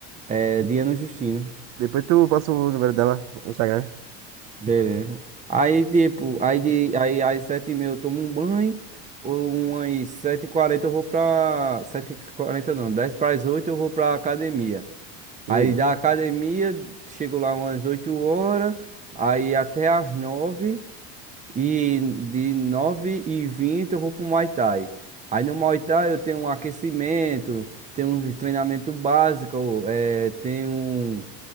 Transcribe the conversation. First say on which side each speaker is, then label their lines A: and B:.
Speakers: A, on the right; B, on the right.
A: É Diana Justino.
B: Depois tu passa o número dela, o Instagram.
A: Beleza. Aí, tipo, aí, de, aí às sete e meia eu tomo um banho. ou Umas sete e quarenta eu vou pra... Sete e quarenta não, dez para as oito eu vou pra academia.
B: Hum.
A: Aí da academia, chego lá umas 8 horas, aí até às 9 e de 9 e 20 eu vou pro Muay Thai. Aí no Muay Thai eu tenho um aquecimento, tenho um treinamento básico, eh, tenho